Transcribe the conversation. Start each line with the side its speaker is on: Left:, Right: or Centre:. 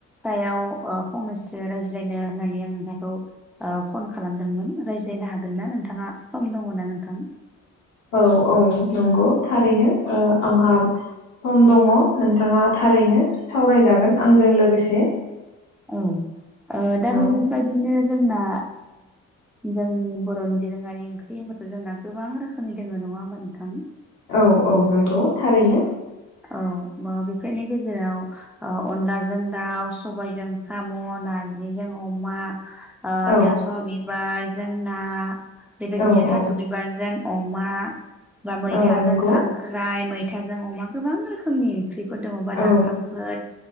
Centre: सायाव ओ फंनैसो रायज्लायनो होननानै आं नोंथांखौ ओ फन खालामदोंमोन रायज्लायनो हागोन ना नोंथाङा सम दङ ना नोंथां?
Left: औ औ नंगौ थारैनो ओ आंहा सम दङ नोंथाङा थारैनो सावरायजागोन आंजों लोगोसे।
Centre: औ ओ दा
Left: औ
Centre: बेबायदिनो जोंना जोंनि बर'नि दोरोङारि ओंख्रि होनबाथ' जोंना गोबां रोखोमनि दोङो नङा होमबा नोंथां।
Left: औ औ नंगौ थारैनो
Centre: औ बा बेफोरनि गेजेराव ओ अनलाजों दाउ, सबायाइजों साम', नारजिजों अमा,
Left: औ
Centre: थास' बिबार जों ना बेबायदिनो
Left: औ औ
Centre: थास' बिबारजों अमा बा मैथाजों
Left: औ नंगौ
Centre: खां ख्राय मैथाजों अमा गोबां रोखोमनि ओंख्रिफोर दङबा नाफामफोर
Left: औ